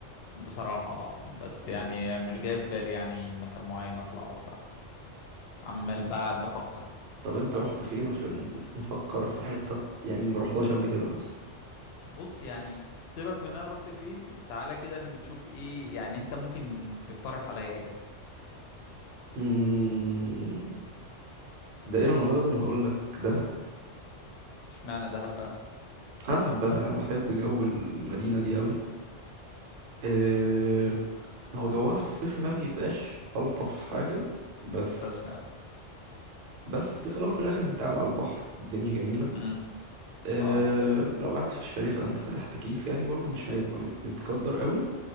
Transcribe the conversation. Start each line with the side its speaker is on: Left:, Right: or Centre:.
Left: بصراحة آه، بس
Right: مم.
Left: يعني مش جاي في بالي يعني مكان معين اطلعه فعمال بعد بفكر
Right: طب انت رحت فين عشان نفكر في حته يعني ما رحتهاش قبل كده مثلا
Left: بص يعني سيبك من انا رحت فين تعالى كده نشوف ايه يعني انت ممكن تقترح عليا ايه
Right: امم دائما وابدا هقول لك دهب
Left: اشمعنى دهب بقى
Right: انا بحبها انا بحب جو المدينه دي قوي أه هو جوها في الصيف ما بيبقاش الطف حاجه بس
Left: ده سمعته
Right: بس في الاول وفي الاخر انت قاعد على البحر الدنيا جميله
Left: امم
Right: أه
Left: اه
Right: لو قاعد في الشاليه فانت فاتح تكييف يعني برضو مش هيبقى م- متقدر قوي